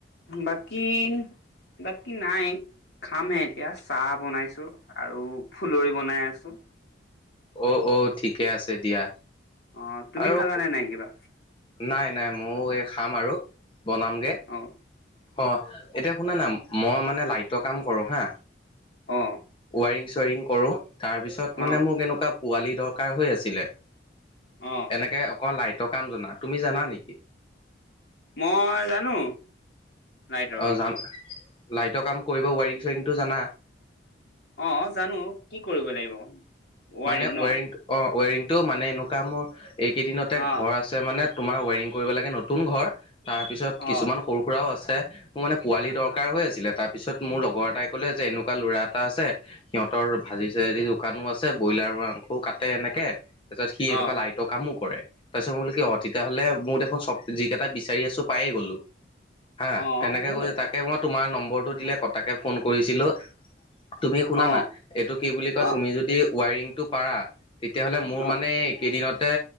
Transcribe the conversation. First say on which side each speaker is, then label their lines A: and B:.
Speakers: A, on the left (about 65°); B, on the left (about 30°).
A: বাকী, বাকী নাই। খামহে এতিয়া, চাহ বনাইছোঁ আৰু ফুলৰি বনাই আছোঁ।
B: অ' অ', ঠিকেই আছে দিয়া।
A: অ', তুমি
B: আৰু
A: খালানে নাই কিবা?
B: নাই নাই, মইও এই খাম আৰু বনামগে।
A: অ
B: অ', এতিয়া শুনা না, মই মানে লাইটৰ কাম কৰোঁ হা
A: অ
B: ৱাইৰিং-চোৱাৰিং কৰোঁ। তাৰ পিছত মানে
A: অ
B: মোক এনেকুৱা পোৱালি দৰকাৰ হৈ আছিলে,
A: অ
B: এনেকে অকল লাইটৰ কাম জনা, তুমি জানা নেকি?
A: মই জানো, লাইটৰ
B: অ'
A: কাম
B: জান
A: কৰিব।
B: লাইটৰ কাম কৰিব, ৱাৰিং চোৱাৰিংটো জানা?
A: অ' জানো, কি কৰিব লাগিব? ৱাৰিং
B: মানে
A: ন
B: ৱেৰিং-অ' ৱেৰিংটো মানে এনেকুৱা মোৰ এইকেইদিনতে
A: অ
B: ঘৰ আছে মানে তোমাৰ ৱায়াৰিং কৰিব লাগে, নতুন ঘৰ তাৰপিছত কিছুমান
A: অ
B: সৰু সুৰাও আছে, মোৰ মানে পোৱালি দৰকাৰ হৈ আ ছিলে, তাৰ পিছত মোৰ লগৰ এটাই ক'লে যে এনেকুৱা ল'ৰা এটা আছে, সিহঁতৰ ভাজি-চাজি দোকানো আছ আছে, ব্ৰইলাৰ মাংসও কাটে এনেকে, তাৰ পিছত সি এনেকুৱা
A: অ
B: লাইটৰ কামো কৰে। তাৰপিছত মই বুলো কি অ', তেতিয়াহ'লে মোৰ দেখোন চব-যিকেইটা বিচাৰি আছোঁ পাইয়ে গ'লো। হা,
A: অ
B: তেনেকে
A: হৈ
B: কৈছে,
A: যাব
B: তাকে মই তোমাৰ নম্বৰটো দিলে ক-তাকে ফোন কৰিছিলোঁ। তুমি শুনা
A: অ
B: না, এইটো কি বুলি কয়
A: অ
B: তুমি যদি ৱাইৰিংটো পাৰা তেতিয়াহ'লে
A: অ
B: মোৰ মানে এই কেইদিনত তে,